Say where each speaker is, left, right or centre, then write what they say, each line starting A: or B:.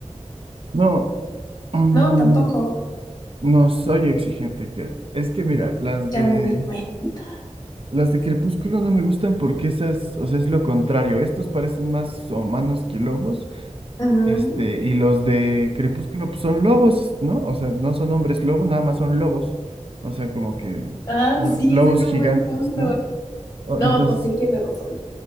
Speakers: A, on the right; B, on the left.
A: No, mm,
B: no, tampoco,
A: no soy exigente, que Es que mira, las
B: ya
A: de
B: me di cuenta.
A: Las de Crepúsculo no me gustan porque esas, o sea, es lo contrario. Estos parecen más humanos que lobos.
B: Mm,
A: Este, y los de Crepúsculo pues, son lobos, ¿no? O sea, no son hombres lobo, nada más son lobos. O sea, como que
B: Ah,
A: lo-
B: sí,
A: lobos
B: ese es un
A: gigantes,
B: buen punto.
A: ¿no? O-
B: No,
A: entonces,
B: pues sí, tienes razón,